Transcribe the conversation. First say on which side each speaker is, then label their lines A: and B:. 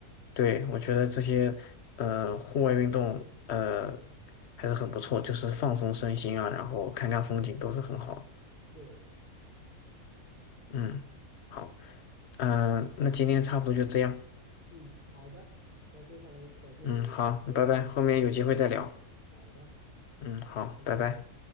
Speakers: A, on the left; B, on the left.
A: 对，我觉得这些呃户外运动呃还是很不错，就是放松身心啊，然后看看风景都是很好。
B: 对，
A: 嗯，好，嗯、
B: 嗯
A: 那今天差不多就这样。
B: 嗯，好的，那非常感谢你分享你的一些爱好。
A: 嗯，好，拜拜，后面有机会再聊。
B: 好的，
A: 嗯，
B: 嗯，
A: 好，
B: 再见。
A: 拜拜。